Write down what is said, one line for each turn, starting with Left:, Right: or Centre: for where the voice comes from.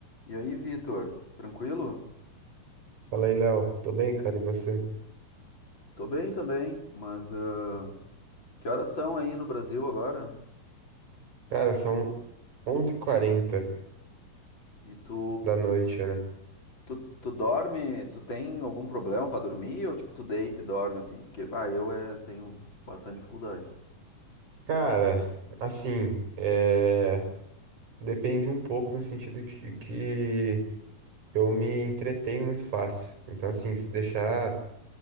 Left: E aí, Vitor, tranquilo?
Right: Fala aí, Léo. Tô bem, cara, e você?
Left: Tô bem também, mas ah, que horas são aí no Brasil agora?
Right: Cara, são onze h 40
Left: E tu,
Right: da noite, né?
Left: tu, tu dorme, tu tem algum problema pra dormir ou tipo tu deita e dorme assim? Porque bah, eu é, tenho bastante dificuldade.
Right: Cara, assim, é... depende um pouco no sentido de que eu me entretenho muito fácil. Então, assim, se deixar